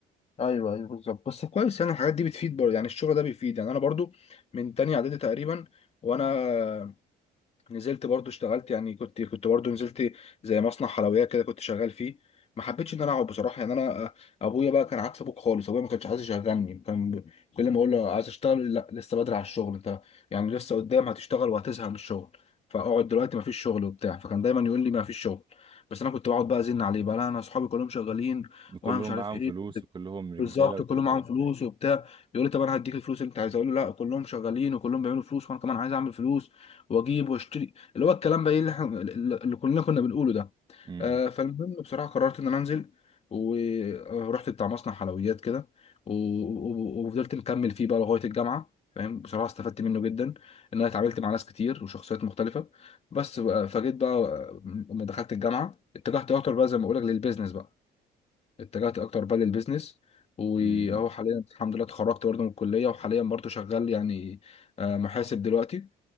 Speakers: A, on the left; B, on the right.
A: ايوه ايوه بالظبط بس كويس يعني الحاجات دي بتفيد برضه يعني الشغل ده بيفيد يعني انا برضه من تاني اعدادي تقريبا وانا نزلت برضه اشتغلت يعني كنت كنت برضه نزلت زي مصنع حلويات كده كنت شغال فيه ما حبيتش ان انا اقعد بصراحه يعني انا ابويا بقى كان عكس ابوك خالص ابويا ما كانش عايز يشغلني كان ب- كل ما اقول له عايز اشتغل لا لسه بدري على الشغل انت يعني لسه قدام هتشتغل وهتزهق من الشغل فاقعد دلوقتي ما فيش شغل وبتاع فكان دايما يقول لي ما فيش شغل بس انا كنت بقعد بقى ازن عليه بقى لا انا اصحابي كلهم شغالين
B: كلهم
A: وانا مش عارف
B: معاهم
A: ايه
B: فلوس وكلهم رجالة
A: بالظبط
B: وكلهم
A: كلهم معاهم فلوس
B: بتاع
A: وبتاع يقول لي طب انا هديك الفلوس اللي انت عايز اقول له لا كلهم شغالين وكلهم بيعملوا فلوس وانا كمان عايز اعمل فلوس واجيب واشتري اللي هو الكلام بقى ايه اللي احنا اللي كلنا كنا بنقوله ده
B: امم
A: آه فالمهم بصراحه قررت ان انا انزل ورحت بتاع مصنع حلويات كده و- و- وفضلت مكمل فيه بقى لغايه الجامعه فاهم بصراحه استفدت منه جدا ان انا اتعاملت مع ناس كتير وشخصيات مختلفه بس بقى فجيت بقى آه، لما دخلت الجامعه اتجهت اكتر بقى زي ما بقول لك للبيزنس بقى اتجهت اكتر بقى للبيزنس واهو
B: امم
A: حاليا الحمد لله اتخرجت برضه من الكليه وحاليا برضه شغال يعني آه، محاسب دلوقتي